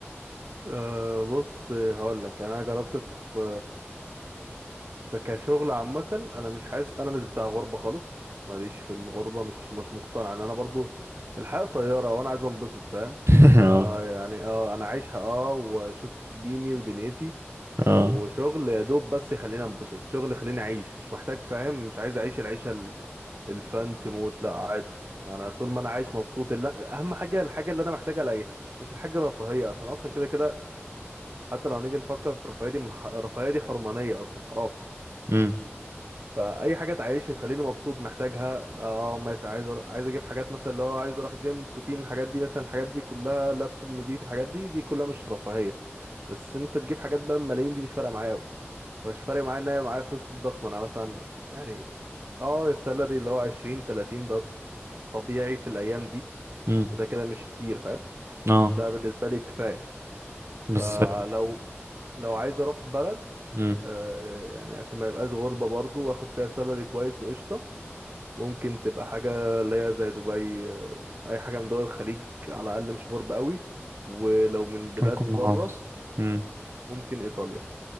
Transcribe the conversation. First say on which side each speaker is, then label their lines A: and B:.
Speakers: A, on the right; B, on the right.
A: أه بص هقول لك انا جربت في فكشغل عامة انا مش حاسس انا مش بتاع غربة خالص ماليش في الغربة مش مش مقتنع ان انا برضو الحياة قصيرة وانا عايز انبسط فاهم
B: <laughs>
A: فانا
B: اه
A: يعني اه انا عايشها اه واشوف ديني ودنيتي
B: اه
A: وشغل يا دوب بس يخليني انبسط شغل يخليني اعيش مش محتاج فاهم مش عايز اعيش العيشة ال- الفانسي موت لا عادي انا طول ما انا عايش مبسوط لا اهم حاجة الحاجة اللي انا محتاج الاقيها مش الحاجة الرفاهية عشان اصلا كده كده حتى لو هنيجي نفكر في الرفاهية دي من الح- الرفاهية دي حرمانية اصلا حرام
B: امم
A: اي حاجه تعيشني تخليني مبسوط محتاجها اه ماشي عايز أر... عايز اجيب حاجات مثلا اللي هو عايز اروح جيم بروتين الحاجات دي مثلا الحاجات دي كلها لابتوب نضيف الحاجات دي دي كلها مش رفاهيه بس انت تجيب حاجات بقى بملايين دي مش فارقه معايا قوي مش فارق معايا ان انا معايا فلوس الضخمه انا مثلا يعني اه السالري اللي هو 20 30 ده طبيعي في الايام دي
B: امم
A: وده كده مش كتير فاهم
B: اه
A: ده بالنسبه لي كفايه
B: بس
A: فلو لو عايز اروح بلد
B: امم
A: آه، يعني عشان ما يبقاش غربة برضو واخد فيها سالري كويس وقشطة ممكن تبقى حاجة اللي هي زي دبي آه، أي حاجة من دول الخليج على الأقل مش غرب قوي ولو من بلاد
B: هنكون محافظ
A: بره
B: أمم.
A: ممكن إيطاليا